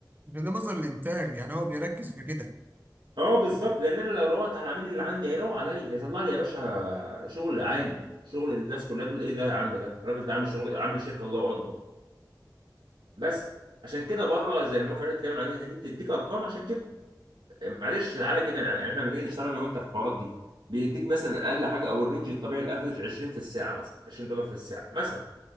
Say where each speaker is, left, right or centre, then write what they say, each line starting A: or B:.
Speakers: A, on the right; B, on the right.
A: عشان ده مصدر الانتاج يعني هو بيركز في كده
B: اه بالظبط لان انا لو روقت على العميل اللي عندي هيروق عليا هيطلع لي يا باشا شغل عالي شغل الناس كلها تقول ايه ده يا عم ده الراجل ده عامل شغل عامل شركه الله اكبر بس عشان كده بره زي المواقع اللي أنت بتتكلم عليها دي بتديك ارقام عشان كده معلش تعالى كده يعني يعني احنا لما نيجي نشتغل انا وانت في الحوارات دي بيديك مثلا اقل حاجه او الرينج الطبيعي الافرج 20 في الساعه مثلا 20 دولار في الساعه مثلا